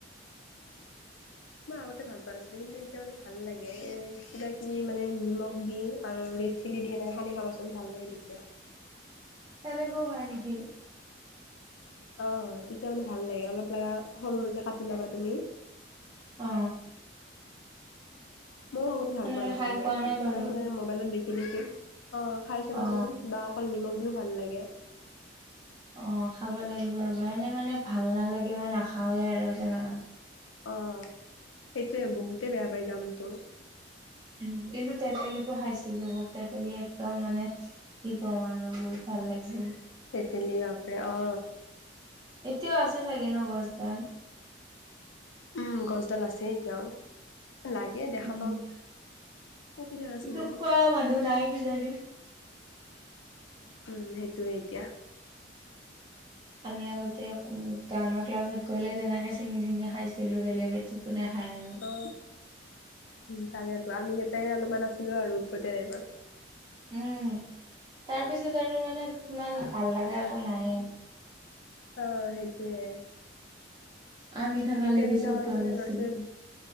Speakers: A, on the left (about 80°); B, on the right (about 25°).
A: <inaudible> মই আগতে ভাল পোৱা নাছিলো কিন্তু এতিয়া মানে ভাল লাগে, এ কিবা কিবি মানে নিমখ দি আৰু ৰেড চিলি দিয়ে নাই সানি খাবাচোন ভাল লাগে তেতিয়া।
B: তেনেকেও হয় নেকি?
A: অ তেতিয়া মানে ভাল লাগে অলপ লগা সৰু সৰুকে কাটি ল'বা তুমি।
B: অ।
A: মইও আগতে ভাল
B: সেনেকে
A: পোৱা নাছিলো
B: খাই নাই
A: এতিয়া
B: বাৰু
A: মানে সেনে মোবাইলত দেখি দেখি, অ খাই চাবাচোন
B: অ
A: বা অকল নিমখ দিও ভাল লাগে।
B: অ খাব লাগিব ৰব এনেই মানে ভাল নালাগে মই নাখাওৱে আৰু তেনে।
A: অ, সেইটোয়ে বহুতে বেয়া পায় জামুনটো।
B: উম কিন্তু তেতেলীটো খাইছিলো ব তেতেলি একদম মানে কি কও আৰু বহুত ভাল লাগিছিল।
A: তেতেলী বাপৰে অ।
B: এতিয়াও আছে চাগে ন গছডাল?
A: উম গছডাল আছে এতিয়াও, লাগ এ দেখা
B: উম,
A: পাও, পকি থাকাচোন
B: কিন্তু
A: বহুত।
B: খোৱা মানুহ নাই কিজানি?
A: উম সেইটোয়ে এতিয়া।
B: আমি আগতে উম গানৰ ক্লাছত গ'লে তেনেকে ছিঙি চিঙি খাইছিলো বেলেগেটো কোনে খাই আৰু।
A: অ, উম তাকেতো আমি ইয়াতে অলপমান আছিলো আৰু উৎপতিয়া টাইপৰ।
B: উম তাৰপিছত আৰু মানে ইমান ভাল লগা একো নাই।
A: অ সেইটোৱে।
B: আমি থকা
A: এতিয়া
B: লাগি
A: বিলাকৰ
B: চব ভাল
A: মানে
B: আছিল।
A: ল'ৰা - ছোৱালী